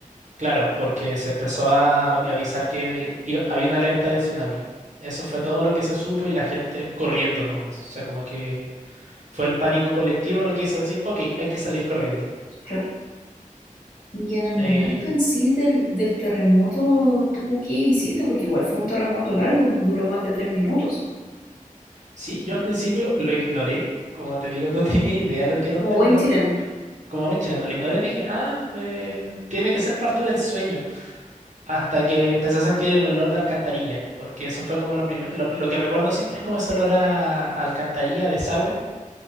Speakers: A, on the right; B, on the left.
A: claro, porque se empezó a avi- avisar que eh, iba- había una alerta de tsunami. Eso fue todo lo que se supo y la gente corriendo nomás. O sea, como que fue el pánico colectivo lo que hizo decir, ok, hay que salir corriendo.
B: Claro. Y en el
A: Eh,
B: momento en sí del, del terremoto, ¿tú qué hiciste? Porque igual fue un terremoto largo, duró más de tres minutos.
A: Sí, yo al principio lo ignoré, como te digo, no <laughs> tenía idea lo que era
B: Como
A: un temblor.
B: buen chileno.
A: Como me chileno, lo ignoré, dije, ah, eh, tiene que ser parte del sueño. Hasta que empecé a sentir el olor de alcantarilla, porque eso fue como lo primero, lo, lo que recuerdo siempre es como ese olor a, alcantarilla, desagüe,